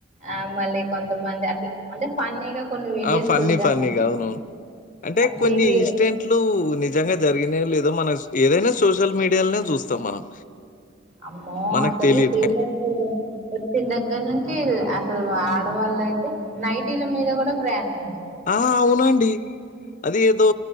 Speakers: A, on the right (about 35°); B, on the left (about 40°).
A: ఆ మళ్ళీ కొంతమంది అట్ల అంటే ఫన్నీగా కొన్ని వీడియోస్
B: ఆ ఫన్నీ
A: చూసాము
B: ఫన్నీగా అవునవును అంటే
A: ఆ ఫ్రీవి
B: కొన్ని ఇన్స్డెంట్లు నిజంగా జరిగిన లేదో మన ఏదైనా సోషల్ మీడియాలోనే చూస్తాం మనం
A: అమ్మో
B: మనకు
A: అసలు
B: తెలీదు.
A: ప్రీ బస్ వచ్చిన దగ్గర చేదు అసలు ఆడవాళ్ళ అయితే నైటీల మీద కూడా ప్రయాణం చేస్
B: ఆ అవునండి అది ఏదో